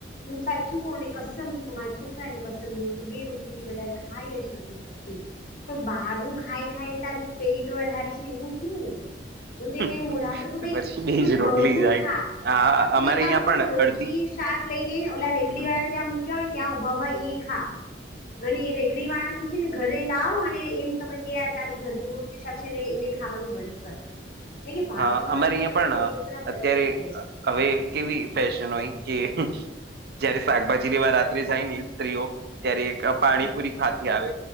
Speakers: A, on the left (about 50°); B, on the right (about 60°).
A: હું સાચું કઉં ને કસમથી કઉં માર છોક છોકરાની કસમ હું તો બે રોટલીથી વધારે ખાઈ જ નથી શક્તી. પણ બહારનું ખાઈ ખાઈ ને તારું પેટ વધારે છે એનું શું? હું
B: છે.
A: તો એને મોઢાપડ
B: તો
A: ભાઈ
B: પછી બેજ
A: તું ઘરનું
B: રોટલી જાય
A: ખા
B: હા
A: તું
B: અમારે
A: એક કામ
B: અહિયાં
A: કર
B: પણ
A: રોટલી,
B: અડધી
A: શાક લઈને ઓલા રેકડી
B: હમ
A: વાળાને ત્યાં મૂક્યાને ત્યાં ઉભા ઉભા ઈ ખા. અને રેકડી વાળાનું છે ને ઘરે લાવો અને એમ સમજ કે આ તારું ઘરનું રોટ રોટલી શાક છે ને એને ખાવાનું બંધ કર. કારણ કે બહારનું
B: હા
A: ખાવાથી
B: અમારે અહીંયા
A: તમે
B: પણ
A: જોજો એ લોકો ના વજન
B: અત્યારે
A: વધે છે
B: હવે કેવી ફેશન હોય કે જયારે શાકભાજી લેવા રાત્રે જાય ને સ્ત્રીઓ ત્યારે એક અ પાણીપુરી
A: હમ
B: ખાતી આવે